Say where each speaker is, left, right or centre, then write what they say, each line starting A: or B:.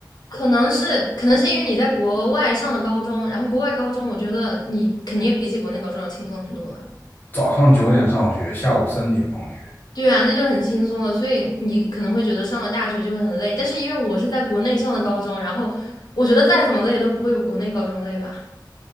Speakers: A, on the left; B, on the left.
A: 可能是可能是因为你在国外上的高中，然后国外高中我觉得你肯定比起国内高中要轻松很多吧。
B: 早上九点上学，下午三点放学。
A: 对啊，那就很轻松了。所以你可能会觉得上了大学就会很累，但是因为我是在国内上的高中，然后我觉得再怎么累都不会有国内高中累吧。